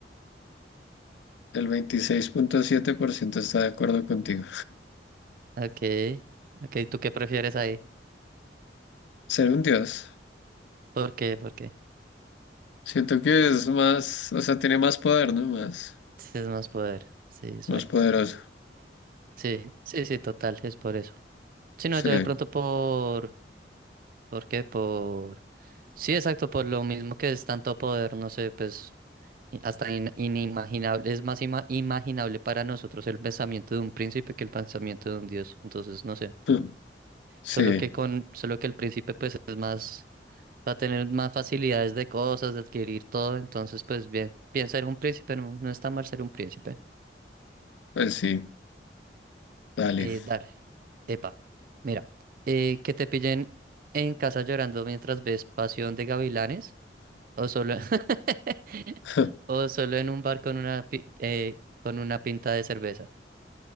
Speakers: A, on the left; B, on the right.
A: El veintiséis punto siete por ciento está de acuerdo contigo.
B: Ok. Ok, ¿tú qué prefieres ahí?
A: Ser un dios.
B: ¿Por qué? ¿Por qué?
A: Siento que es más, o sea, tiene más poder, ¿no? Más,
B: Sí, Es más poder. Sí, exacto.
A: más poderoso.
B: Sí, sí, sí, total, es por eso. Si no,
A: Sí.
B: yo de pronto
A: <laughs>
B: por, ¿Por qué? Por... Sí, exacto, por lo mismo que es tanto poder, no sé, pues i- hasta in- inimaginable, es más ima- imaginable para nosotros el pensamiento de un príncipe que el pensamiento de un dios. Entonces, no sé,
A: Mm. Sí,
B: solo que con, solo que el príncipe pues es más, va a tener más facilidades de cosas, de adquirir todo, entonces pues bien, bien ser un príncipe, no, no está mal ser un príncipe.
A: pues sí, dale.
B: Eh, dale, epa, mira, eh, que te pillen en casa llorando mientras ves Pasión de Gavilanes. O solo, <laughs>
A: <laughs>
B: o solo en un bar con una, pi- eh, con una pinta de cerveza.